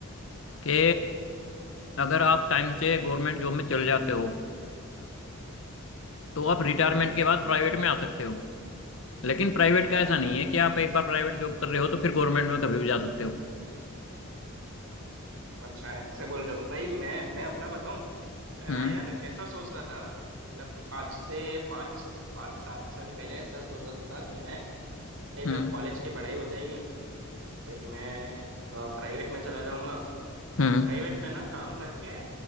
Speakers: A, on the left (about 65°); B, on the right (about 65°).
A: कि अगर आप टाइम से गवर्नमेंट जॉब में चले जाते हो तो आप रिटायरमेंट के बाद प्राइवेट में आ सकते हो लेकिन प्राइवेट का ऐसा नहीं है कि आप एक बार प्राइवेट जॉब कर रहे हो तो फिर गवर्नमेंट में कभी भी जा सकते हो
B: अच्छा ऐसे बोल रहे हो भाई मैं मैं अपना बताऊं मैं
A: हम्म
B: ना यार ऐसा सोच रहा था मतलब आज से पाँच पाँच सात साल पहले ऐसा सोच रहा था कि मैं मैं
A: हम्म
B: जब कॉलेज की पढ़ाई हो जाएगी फिर मैं प्राइवेट में चला जाऊंगा
A: हम्म
B: प्राइवेट में ना काम करके